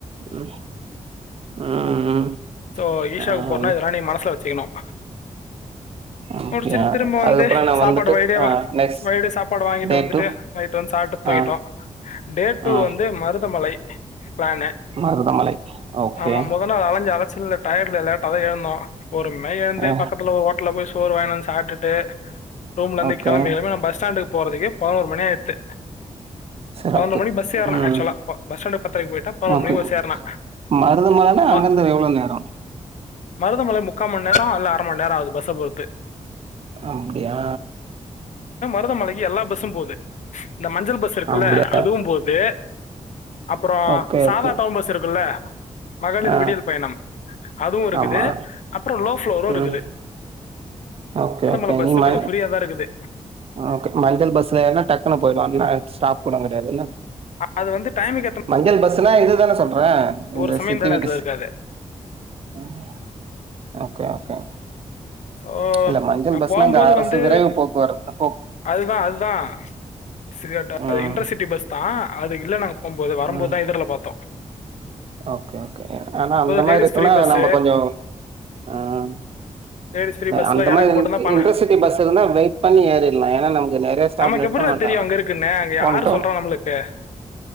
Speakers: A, on the right; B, on the left.
A: ம் ம் ம்
B: ஸோ ஈஷாவுக்கு
A: ஆ
B: போறனா
A: ம்
B: இதெல்லாம் நீ மனசில் வச்சுக்கணும்
A: அ அப்டியா
B: முடிச்சுட்டு திரும்ப
A: அதுக்கப்புறோ
B: வந்து
A: நா
B: சாப்பாடு
A: வந்துட்டு
B: வழிலே
A: ஆ
B: வா
A: நெக்ஸ்ட்
B: வழில சாப்பாடு வாங்கிட்டு
A: டே
B: வந்துடு
A: டூ
B: நைட்டு வந்து சாப்டு தூங்கிட்டோ
A: ஆ
B: டே டூ
A: ஆ
B: வந்து மருதமலை ப்ளேனு
A: மருதமலை ஓகே
B: ஆமா மொத நாள் அலஞ்ச அலச்சல்ல டய்ட்ல லேட்டதா எழுந்தோ பொறுமையா ஏந்து
A: ஆ
B: பக்கத்துல ஓட்டல போய் சோறு வாங்கின்ட் வந்ட் சாப்ட்டுட் டே ரூம்ல இந்து
A: ஓகே
B: கிளம்பி களம்பி க நம் பஸ் ஸ்டாண்டுக் போறதுக்கே பதுனோரு மணி ஆய்த்து
A: சிறப்பு
B: பதினொரு மணிக் பஸ் ஏற்ன
A: ம்
B: ஆக்சுவலா பஸ் ஸ்டாண்டு பத்திரக்கு போயிட்டா பதினொரு
A: ஓகே
B: மணி பஸ் ஏற்ன
A: மருதமலனா அங்கருந்து
B: ப
A: எவ்ளோ நேரோ
B: மருதமலை முக்காம நேரோ அல்ல அர மணி நேர ஆவுது பஸ்ஸ பொறுத்து
A: அப்டியா
B: மருதமலை எல்லா பஸ்ஸும் போது இந்த மஞ்சள் பஸ் இருக்குல்ல
A: அப்டியா
B: அதுவு போது அப்புறோ
A: ஓகே
B: சாதா
A: ஓகே
B: டவுன் பஸ் இருக்குல்ல மகளிர்
A: ஆ
B: விடியல் பயணம் அதுவு இருக்குது
A: ஆமா
B: அப்புறோ லோஃப்ளோரு இருக்குது
A: ம் ஓகே
B: ல்ல பஸ்சு
A: நீ ம
B: கொஞ்ச ஃப்ரீயாதா இருக்குது
A: ஓகே மஞ்சள் பஸ்ல ஏர்னா டக்குனு போயிடுலாம்ல ஸ்டாப் கூட கெடையாதுல்ல
B: அது வந்து டைமுக்கு ஏற்ற
A: மஞ்சள் பஸ்னா இதுதானே சொல்ற இந்த
B: ஒரு சமயம்
A: சிட்டிவிட்டிஸ்
B: நேரத்தில் இருக்காது
A: ம் ஓகே ஓகே
B: சோ
A: இல்ல மஞ்சள்
B: நா
A: பஸ்னா
B: போம்போது
A: இந்த அரசு
B: வந்து
A: விரைவு போக்குவரத்து போ
B: அதுதா அதுதா ச
A: ம்
B: இன்டர்சிட்டி பஸ் தா அதுக்கு இல்ல ந போம்போது வரும்போதுதா
A: ம்
B: எதுர்ல பார்த்தோ
A: ஓகே ஓகே ஆனா அந்த மாதிரி
B: லேடிஸ்
A: இருக்குன்னா
B: ஃப்ரீ பஸ்
A: நம்ம கொஞ்சோ ம்
B: லேடிஸ் ஃப்ரீ பஸ்ல
A: அந்த
B: எனக்கு
A: மாரி
B: மட்டும்தான்
A: இ
B: பண்ண
A: இன்டரசிட்டி பஸ் இருந்தா வெயிட் பண்ணி ஏரிலா ஏன்னா நமக்கு நெறயா ஸ்டாப்
B: நமக்கு
A: நிறுத்தமாட்டாங்க
B: எப்படி தெரியும் அங்க இருக்குன்னு அங்க யார்
A: ஒன் டம்
B: சொல்றா நம்மளுக்கு